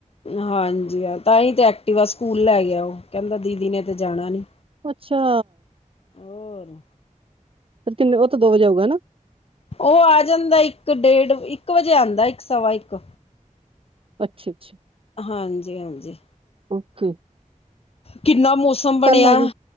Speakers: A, on the left (about 45°); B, on the right (about 45°).
A: ਹਾਂਜੀ, ਆ ਤਾਂਹੀ ਤੇ ਐਕਟਿਵਾ ਸਕੂਲ ਲੈ ਗਿਆ, ਉਹ ਕਹਿੰਦਾ ਦੀਦੀ ਨੇ ਤੇ ਜਾਣਾ ਨੀ।
B: ਅੱਛਾ।
A: ਹੋਰ
B: ਫਿਰ ਕਿੰਨੇ ਉਹ ਤਾਂ ਦੋ ਵਜੇ ਆਊਗਾ ਹਨਾ।
A: ਉਹ ਆ ਜਾਂਦਾ ਇੱਕ ਡੇਢ ਇੱਕ ਵਜੇ ਆਂਦਾ, ਇੱਕ ਸਵਾ ਇੱਕ
B: ਅੱਛੇ-ਅੱਛੇ।
A: ਹਾਂਜੀ-ਹਾਂਜੀ।
B: ਓਥੇ
A: ਕਿੰਨਾ ਮੌਸਮ ਬਣਿਆ।
B: ਆ ਜੇ।